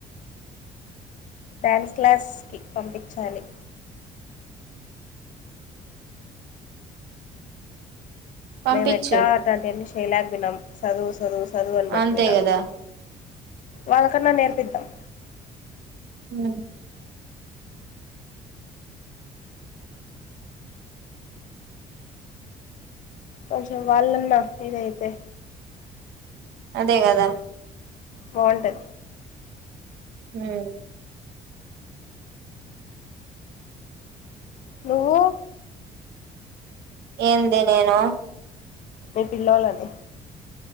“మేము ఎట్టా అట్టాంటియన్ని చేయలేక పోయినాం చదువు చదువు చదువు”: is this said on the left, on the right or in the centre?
Left